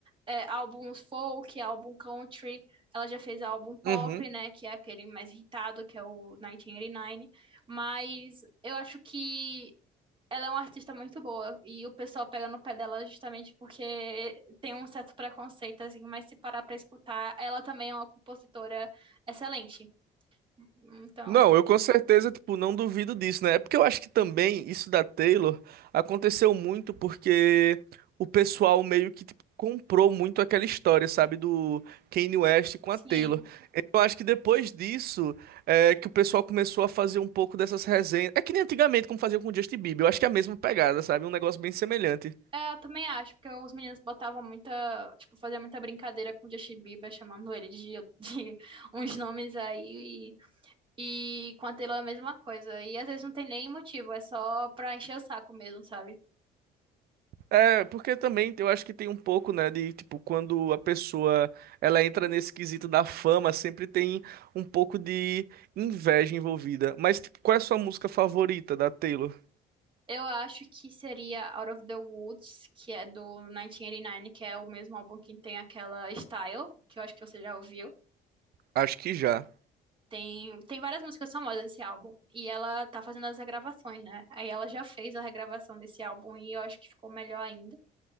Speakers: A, on the right; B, on the right.
A: é, álbuns folk, álbum country, ela já fez álbum pop,
B: Uhum.
A: né, que é aquele mais irritado, que é o 1989. Mas eu acho que ela é uma artista muito boa e o pessoal pega no pé dela justamente porque tem um certo preconceito, assim, mas se parar pra escutar, ela também é uma compositora excelente. Então,
B: Não, eu com certeza, tipo, não duvido disso, né? É porque eu acho que também isso da Taylor aconteceu muito porque o pessoal meio que tipo, comprou muito aquela história, sabe, do Kanye West com
A: sim.
B: a Taylor. Então, Eu acho que depois disso é que o pessoal começou a fazer um pouco dessas resenhas. É que nem antigamente como fazia com o Justin Bieber, eu acho que é a mesma pegada, sabe? Um negócio bem semelhante.
A: É, eu também acho, porque os meninos botavam muita, tipo, fazia muita brincadeira com o Justin Bieber, chamando ele de, <laughs> de uns nomes aí, e, e com a Taylor é a mesma coisa. E às vezes não tem nem motivo, é só pra encher o saco mesmo, sabe?
B: É, porque também eu acho que tem um pouco, né, de tipo, quando a pessoa ela entra nesse quesito da fama, sempre tem um pouco de inveja envolvida. Mas, tipo, qual é a sua música favorita da Taylor?
A: Eu acho que seria Out of the Woods, que é do 1989, que é o mesmo álbum que tem aquela Style, que eu acho que você já ouviu.
B: Acho que já.
A: Tem, tem várias músicas famosas desse álbum. E ela tá fazendo as regravações, né? Aí ela já fez a regravação desse álbum e eu acho que ficou melhor ainda.